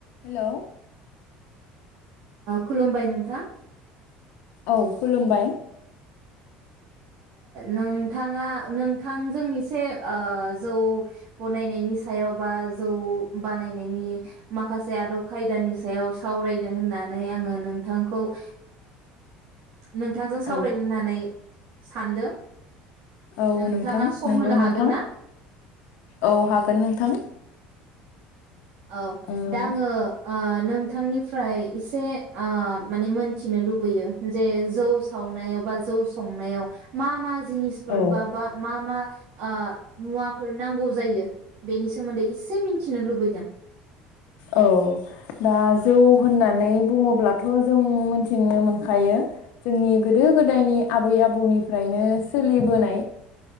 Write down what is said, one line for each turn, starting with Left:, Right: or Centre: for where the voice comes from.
Left: Hello
Right: खुलुमबाय नोंथां।
Left: औ खुलुमबाय
Right: नोंथाङा नोंथांजों एसे जौ बनायनायनि सायाव बा जौ बानायनायनि माखासे आदब खायदानि सायाव सावरायदों होननानै आङो नोंथांखौ ओ नोंथांजों सावरायनो
Left: औ
Right: होननानै सानदों
Left: औ
Right: नोंथाङा
Left: नोंथां
Right: सम
Left: नंगौ
Right: होनो
Left: नोंथां
Right: हागोन ना?
Left: औ हागोन नोंथां।
Right: औ
Left: ओ
Right: दा आङो ओ नोंथांनिफ्राय एसे ओ माने मोनथिनो लुबैयो बे जौ सावनायाव बा जौ संनायाव मा मा जिनिसफोर
Left: औ
Right: बा बा मा मा ओ मुवाफोर नांगौ जायो बेनि सोमोन्दै एसे मिन्थिनो लुबैदों।
Left: औ दा जौ होननानै बुङोब्लाथ' जों मोनथिनो मोनखायो जोंनि गोदो गोदायनि आबै आबौनिफ्रायनो सोलिबोनाय।